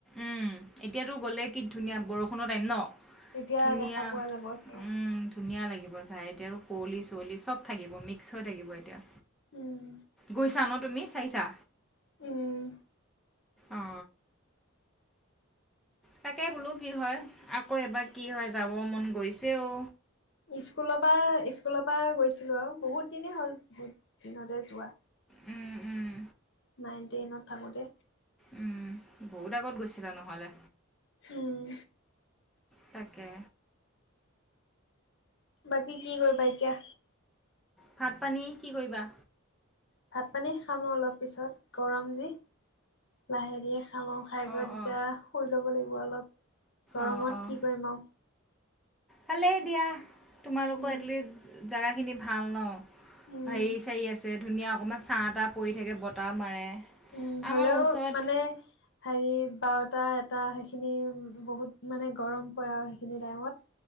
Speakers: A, in the centre; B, on the left.
A: উম এতিয়াতো গ'লে কি ধুনীয়া বৰষুণৰ টাইম ন!
B: এতিয়া
A: ধুনীয়া
B: দেখা পোৱা যাব চাগে?
A: উম ধুনীয়া লাগিব চাই এতিয়া আৰু কুঁৱলি চুঁৱলি চব থাকিব মিক্স হৈ থাকিব এতিয়া।
B: উম।
A: গৈছা ন তুমি চাইছা?
B: ওম।
A: অঁ। তাকে বোলো কি হয় আকৌ এবাৰ কি হয় যাব মন গৈছে অ।
B: স্কুলৰ পৰা স্কুলৰ পৰা গৈছিলো আৰু বহুত দিনে হ'ল বহুত দিনতে যোৱা।
A: উম উম।
B: নাইন টেনত থাকোতে।
A: উম বহুত আগত গৈছিলা নহ'লে।
B: উম।
A: তাকে।
B: বাকী কি কৰিবা এতিয়া?
A: ভাত পানী কি কৰিবা?
B: ভাত পানী খামো অলপ পিছত গৰম যি লাহে দিহে উম খাই
A: অঁ
B: গৈ তেতিয়া
A: অঁ
B: শুই ল'ব লাগিব অলপ গৰমত
A: অঁ অঁ
B: কি কৰিম আৰু।
A: ভালেই দিয়া তোমালোকৰ
B: উম,
A: এটলিষ্ট জেগাখিনি ভাল ন।
B: উম,
A: হেৰি চাৰী আছে ধুনীয়া অকণমান ছাঁ তাহ পৰি থাকে বতাহ মাৰে।
B: উম
A: আমাৰ
B: হলেও
A: ওচৰত
B: মানে হেৰি বাৰটা এটা সেইখিনি বহুত মানে গৰম পৰে আৰু সেইখিনি টাইমত।